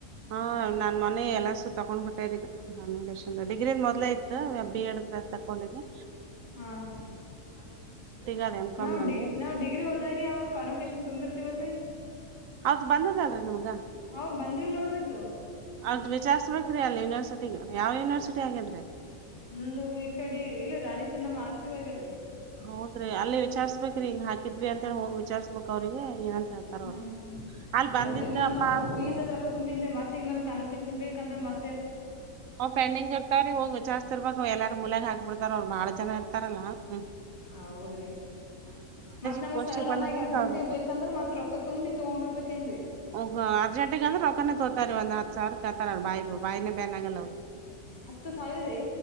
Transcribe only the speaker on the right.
ಹಾ ನನ್ ಮನೆ ಎಲ್ಲಸು ತಗೊಂಡ್ಬಿಟ್ಟರಿ ಕನ್ಿಕೇಶನ್ ಡಿಗ್ರಿ ಮೊದಲ ಇತ್ ಬ ಅ್ರ ತಗೊಂಡಿನಿ
ಗ ಅದ
ನಂದು
ಹೌದ್ ಬಂದದಲ್ರರಿ ನಿಮ್ಗ
ಅದ್ ವಿಚಾರ್ಸ್ಬೇಕ್ರಿ ಅಲ್ಲಿ ಯೂನಿವರ್ಸಿಟಿಗ ಯಾವ ಯೂನರ್ಿಟಿ ಆಗ್ಯಂದ್ರಿ
ಹೌದ್ರಿ ಅಲ್ಲಿೇ ವಿಚಾರ್ಸ್ಬೇಕ್ರಿ ಹಿಂಗ ಹಾಕಿದ್ವಿ ಅಂತ ಹೇಳಿ ಹೋಗಿ ವಿಚಾರ್ಸ್ಬೇಕಕ್ ಅವ್ರಿಗೆ ಏನಂತ ಹೇಳ್ತಾರ
ಅವ್ರ.
ಅಲ್ಲ್ ಬಂದಿತ್ತಪ್ಪಾ
ಅಂತಂದ್ರೆ
ಅವ್ ಪೆಂಡಿಂಗ್ ಇರ್ತಾರ್ರ ಹೋಗ ವಿಚಾರ್ಸ್ತಿರ್ಬೇಕ ಎಲ್ಲಾರ ಮುಲೆಾಗ ಹಾಕ್ ಬಿಡ್ತಾರ ಅವ್ರು ಬಾಳ ಜನ ಇರ್ತಾರಲ್ಲಾ ಹ್ಮ
ಗ್
ಗ್ ಬಂದಾದಂದ್ರ
ಕೇಳ್ಬೇಕು.
ಒ ಅರ್ಜಂಟಗ ಅಂದ್ರೆ ಒಕ್ಕನ ತೋತಾರಿ ಒಂದ ಹತ್ ಸಾವರ ಕತಾರ ಬಾಯಿ ಬಾಯಿನೇ ಬೇನ್ ಆಗಲ್ಲ ಅವ